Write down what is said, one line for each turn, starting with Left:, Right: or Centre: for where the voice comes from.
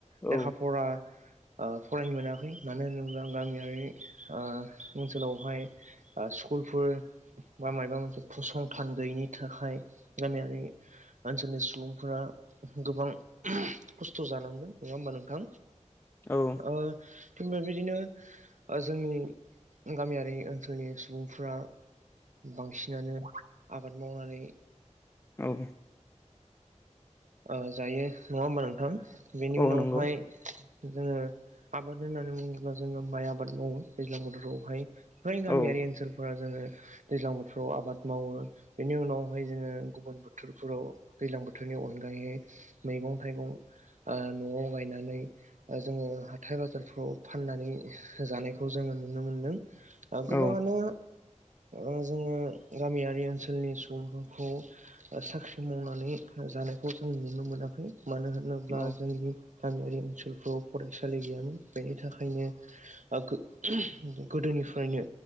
Right: लेखा
Left: औ
Right: फरा ओ फरायनो मोनाखै मानो होनोब्ला गामियारि ओ ओनसोलावहाय। ओ स्कुलफोर बा मायबा मोनसे फसंथान गैयिनि थाखाय गामियारि ओनसोलनि सुबुंफोरा गोबां <unintelligible> खस्थ जानांदों नङा होमबा नोंथां।
Left: औ
Right: ओ थिग बेबायदिनो ओ जोंनि गामियारि ओनसोल <unintelligible> सुबुंफ्रा बांसिनानो आबाद मावनानै
Left: औ
Right: ओ जायो नङा होमबा नोंथां। बेनि
Left: औ
Right: उनावहाय
Left: नंगौ
Right: जोङो आबाद होननानै बुङोब्ला जोङो माइ आबाद मावो दैज्लां बोथोराव हाय फ्राय गामियारि
Left: औ
Right: ओनसोलफ्रा जोङो दैज्लां बोथोराव आबाद मावो बेनि उनाव हाय जोङो गुबुन बोथोरफोराव दैज्लां बोथोरनि अनगायै मैगं थाइगं ओ नआव गायनानै ओ जोङो हाथाय बाजारफ्राव फाननानै जानायखौ जोङो नुनो मोनदों। ओ गोबाङानो
Left: नंगौ औ
Right: ओ जोङो गामियारि ओनसोलनि सुबुंफोरखौ ओ साख्रि मावनानै जानायखौ जों नुनो मोनाखै मानो होनोब्ला
Left: औ
Right: जोंनि गामियारि ओनसोलफ्राव फरायसालि गैयामोन बेनि थाखायनो ओ गो <unintelligible> गोदोनिफ्रायनो